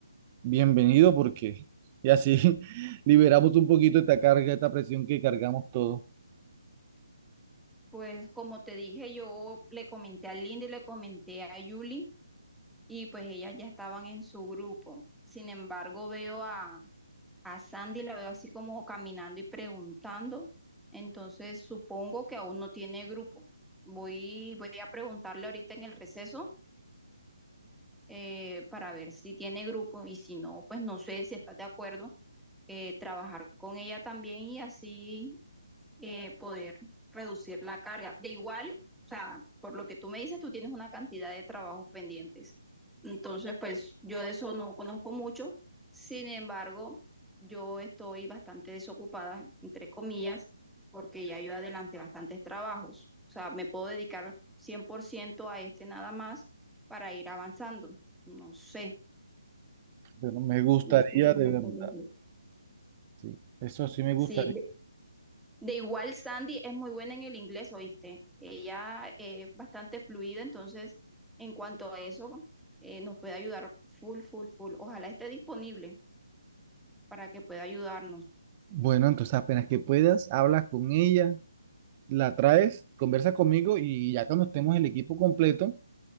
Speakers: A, on the right; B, in the centre.
A: bienvenido porque y así <laughs> liberamos un poquito esta carga, esta presión que cargamos todos.
B: Pues como te dije, yo le comenté a Linda y le comenté a Yuli y pues ellas ya estaban en su grupo. Sin embargo, veo a, a Sandy, la veo así como caminando y preguntando. Entonces supongo que aún no tiene grupo. Voy, voy a preguntarle ahorita en el receso eh, para ver si tiene grupo y si no, pues no sé si estás de acuerdo eh, trabajar con ella también y así eh, poder reducir la carga. De igual, o sea, por lo que tú me dices, tú tienes una cantidad de trabajos pendientes. Entonces, pues yo de eso no conozco mucho. Sin embargo, yo estoy bastante desocupada, entre comillas, porque ya yo adelante bastantes trabajos. O sea, me puedo dedicar 100% a este nada más para ir avanzando. No sé,
A: Bueno, me gustaría
B: no sé qué
A: de
B: me
A: verdad,
B: puedes decir.
A: sí, eso sí me gustaría.
B: Sí, De igual, Sandy es muy buena en el inglés, ¿oíste? Ella eh, es bastante fluida, entonces, en cuanto a eso, eh, nos puede ayudar full, full, full. Ojalá esté disponible para que pueda ayudarnos.
A: Bueno, entonces apenas que puedas, hablas con ella, la traes, conversas conmigo y ya cuando estemos el equipo completo,